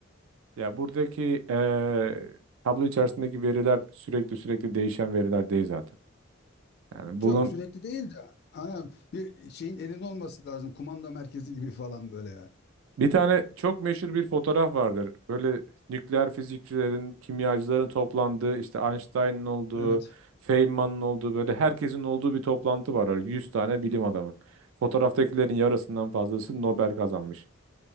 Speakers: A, on the right (about 75°); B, on the left (about 50°).
A: ya buradaki eee, tablo içerisindeki veriler sürekli sürekli değişen veriler değil zaten. Yani
B: Çok
A: bunun
B: sürekli değil de ana bir şeyin elinde olması lazım kumanda merkezi gibi falan böyle yani.
A: Bir tane çok meşhur bir fotoğraf vardır. Böyle nükleer fizikçilerin, kimyacıların toplandığı, işte Einstein'ın olduğu,
B: Evet.
A: Feynman'ın olduğu, böyle herkesin olduğu bir toplantı var. 100 tane bilim adamı. Fotoğraftakilerin yarısından fazlası Nobel kazanmış.